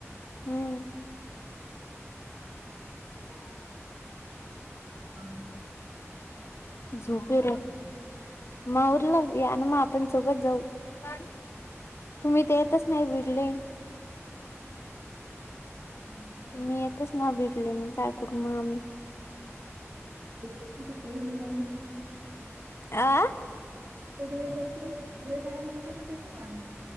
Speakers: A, on the left; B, on the right.
A: हम्म
B: बघ
A: झोपी रे
B: म्हणे.
A: म आवरल या ना मग आपण सोबत जाऊ प तुम्ही तेेतच
B: हा.
A: नाही विडले
B: <unintelligible>
A: मी येतच ना बिडले मग काय करू मग आम्ही
B: <unintelligible>
A: आ
B: वेगवेगळ प्रेन आहे म्हणते ना तिचा